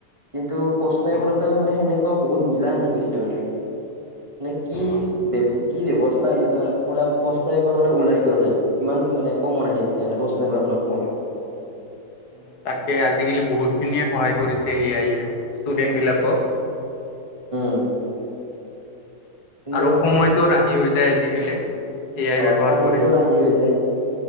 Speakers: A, on the right (about 20°); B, on the left (about 85°).
A: কিন্তু প্ৰশ্নবোৰতো
B: অ',
A: মানে সেনেকুৱ বহুত মিলা আহি গৈছে মানে, নে, কি
B: অ',
A: বে কি ব্যৱস্থা এইটো, তাৰ মানে পুৰা প্ৰশ্ন এবাৰ মানে উলাই দিয়া যায়, ইমান মানে কমন আহিছে মানে, প্ৰশ্ন পেপাৰখন অলপ পৰঢ়্ <unintelligible>
B: উম <inaudible> তাকে আজিকালি বহুতখিনিয়ে সহায় কৰিছে, এ আইয়ে ষ্টুডেণ্টবিলাকক।
A: উম' কিন্তু
B: আৰু সময়টো ৰাহি হৈ যায় আজিকালি। এ আই
A: অ
B: ব্যৱহাৰ
A: সময়টোৰ
B: কৰি।
A: আহি হৈ যায়